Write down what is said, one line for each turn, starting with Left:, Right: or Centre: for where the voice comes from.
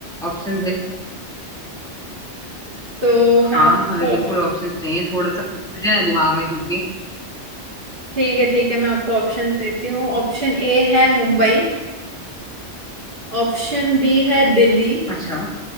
Centre: ऑप्शंस दे
Right: तो मैं
Centre: हाँ
Right: आपको
Centre: हमें बिल्कुल ऑप्शंस चाहिए थोड़ा सा कंफ्यूजन है दिमाग में क्योंकि
Right: ठीक है ठीक है मैं आपको ऑप्शन देती हूँ ऑप्शन ए है मुंबई ऑप्शन बी है दिल्ली
Centre: अच्छा